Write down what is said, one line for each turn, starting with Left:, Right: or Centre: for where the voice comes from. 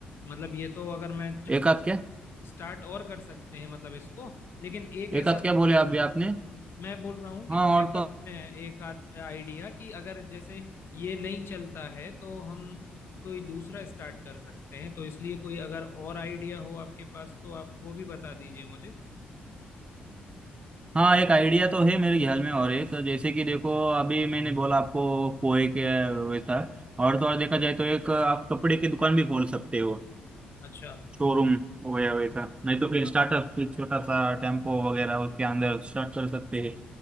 Left: मतलब ये तो अगर मैं
Right: एक आध क्या
Left: स्टार्ट और कर सकते हैं मतलब इसको लेकिन एक
Right: एक
Left: ऐसा
Right: आध क्या बोले आप भी आपने
Left: मैं बोल रहा हूँ कि
Right: हाँ
Left: बैकअप
Right: और तो
Left: में एक आइडिया कि अगर जैसे ये नहीं चलता है तो हम कोई दूसरा स्टार्ट कर सकते हैं तो इसलिए कोई अगर और आइडिया हो आपके पास तो आप वो भी बता दीजिए मुझे
Right: हाँ एक आइडिया तो है मेरे ख्याल में और एक जैसे कि देखो अभी मैंने बोला आपको पोहे के वैसा और तो और देखा जाए तो एक आप कपड़े की दुकान भी खोल सकते हो
Left: अच्छा
Right: शोरूम वगैरह वैसा नहीं तो फिर
Left: हाँ
Right: स्टार्टअप फिर छोटा सा टेम्पो वगैरह उसके अंदर स्टार्ट कर सकते हैं